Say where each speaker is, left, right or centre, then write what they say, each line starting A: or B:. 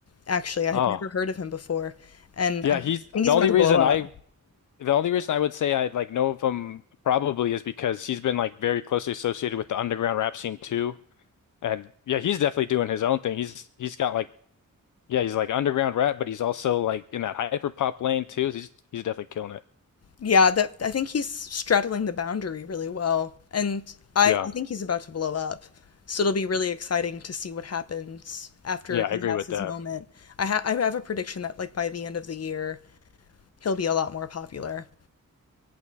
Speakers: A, on the left; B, on the left.
A: Actually, I
B: Oh.
A: had never heard of him before, and
B: Yeah,
A: I
B: he's
A: think
B: the
A: he's
B: only
A: about to
B: reason
A: blow up.
B: I the only reason I would say I like know of him probably is because he's been like very closely associated with the underground rap scene too. And yeah, he's definitely doing his own thing. He's he's got like yeah, he's like underground rap, but he's also like in that hyper pop lane too. He's he's definitely killing it.
A: Yeah, that I think he's straddling the boundary really well. And I,
B: Yeah.
A: I think he's about to blow up. So it'll be really exciting to see what happens after
B: Yeah,
A: he
B: I agree
A: has
B: with
A: his
B: that.
A: moment. I ha I have a prediction that like by the end of the year, he'll be a lot more popular.